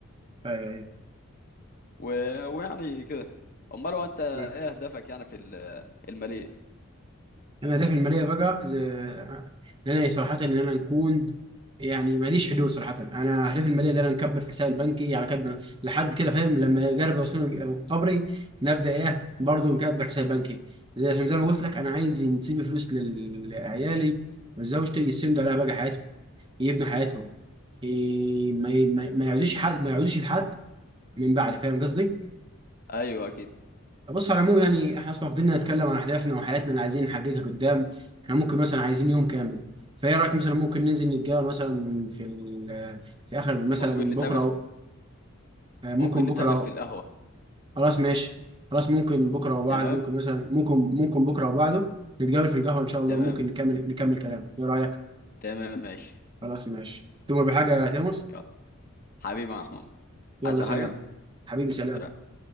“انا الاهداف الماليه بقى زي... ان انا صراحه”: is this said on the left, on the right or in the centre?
Right